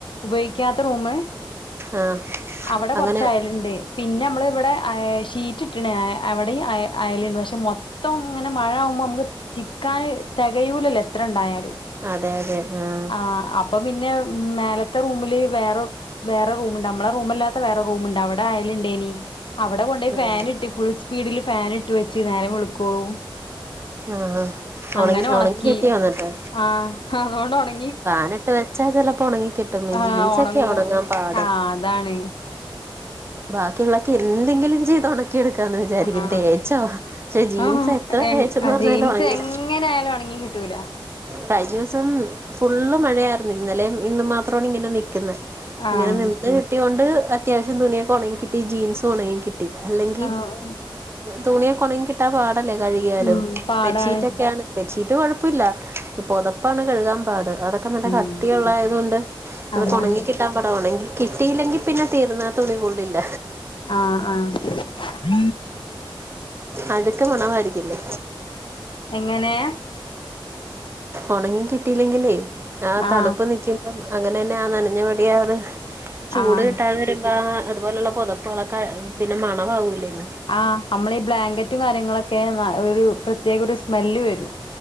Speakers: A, on the left (about 65°); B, on the right (about 25°).
A: ഉപയോഗിക്കാത്ത റൂമ
B: ആഹ്
A: അവിടെ കുറച്ചയാലുണ്ട്
B: അങ്ങനെ
A: പിന്നെ നമ്മള ഇവിടെഷീറ്റ് ഇട്ട്കണ് അവിടെ അയലൻഡ് പക്ഷെ മോ ത്തം ഇങ്ങനെ മഴ ആകുമ്പോ നമുക്ക് ചിക്കാാന് തികയൂലല്ല എത്ര ഉണ്ടായാലും
B: അതെ അതെ ആഹ്
A: ആ അപ്പൊ പിന്നെ മേലത്തെ റൂമില് വേറെ വേറെ റൂംുണ്ട് നമ്മള റൂമല്ലാത്ത വേറെ റൂമുണ്ട് അവിടെ ആയലുണ്ടേനി അവിടെ കൊണ്ട പോയി
B: ആഹ്
A: ഫാന ഇട്ടി ഫുൾ സ്പീഡില് ഫൻ ഇട്ട് വെച്ച് നേരം വിളക്കോളൂ
B: ആഹ് ഉണങ്ങി
A: അങ്ങനെ ഉണക്കി
B: ഉണങ്ങി കിട്ടിയോ എന്നിട്ട്
A: ആഹ അതുകൊണ്ട് ഉണ
B: ഫാനിട്ട് വെച്ചാ ചിലപ്പോ ഉണങ്ങി കിട്ടും
A: ആഹ്
B: ജീൻസൊക്കെ
A: ഒണങ്ങൂ
B: ഉണങ്ങാൻ പാട്
A: ആഹ് അതാണ്
B: ബാക്കിയുള്ളൊക്കെ എന്തെങ്കിലും ചെയ്തോണ നക്കി എടുക്കാന്ന് വിചാരിക്ക
A: ആഹ്
B: തേച്ചോ പക്ഷെ ജീൻസ്
A: ആഹ്
B: എത്ര
A: എ
B: തേച്ചന്ന് പറഞ്ഞാല
A: ജീൻസ്
B: ഉണങ്ങീ
A: എങ്ങനെ ആയാലും ഒണങ്ങി കിട്ടൂല
B: കഴിഞ്ഞ ദിവസം ഫുള്ള് മഴയായിരുന്നു ഇന്നലെ ഇന്ന് മാത്രമാണ് ഇങ്ങനെ നിക്കുന്ന
A: ആഹ്
B: ഇങ്ങനെ നിന്ന് കിട്ടിൊണ്ട് അത്യാവശം തുനിയൊക്കെ ഉണങ്ങി കിട്ടി ജീൻസ് ഉണങ്ങി കിട്ടി അല്ലെങ്കിൽ
A: ആഹ്
B: തുണിയൊക്കെ ഉണങ്ങി കിട്ടാൻ പാടല്ലേ കഴുകിയാലും
A: ഉം പാടാണ്
B: ബെഡ്ഷീറ്റ് ഒക്കെയാണ് ബെഡ്ഷീറ്റ് കൊഴപ്പമില്ല ഇപ്പൊതപ്പാണ് കഴുകാൻ പാട് അതൊക്കെ ക്കെ നല്ല
A: ഉം
B: കട്ടിയള്ളയത് കൊണ്ട് അത്
A: അതാണ്
B: ഒക്കെ ഉണങ്ങി കിട്ടാൻ പടവാണെങ്ക കിട്ടയില്ലെങ്കിൽ പിന്നെ തീർന്നാ തുണി കൊള്ളില്ല
A: ആഹ് ആഹ്
B: അഴുക്ക് മണവായിരിക്കില്ലേ
A: എങ്ങനെ
B: ഉണങ്ങി കിട്ടിയില്ലെങ്കില്ലേ ആ തണുപ്പ്
A: ആഹ്
B: നിക്കും അപ്പ അങ്ങനെ തന്നെ ആ നനഞ്ഞ പടിയാത് ചൂട്
A: ആഹ്
B: കിട്ടാതെ വരുമ്പ ആ അതുപോലെയുള്ള പുൊതപ്പുകളൊ പിന്നെ മണമാകൂലന്ന്
A: ആഹ് അമ്മളെ ഈ ബ്ലാങ്കറ്റും കാര്യങ്ങളൊക്കെ ഒരു പ്രത്യേക ഒരു സ്മെല്ല് വരും.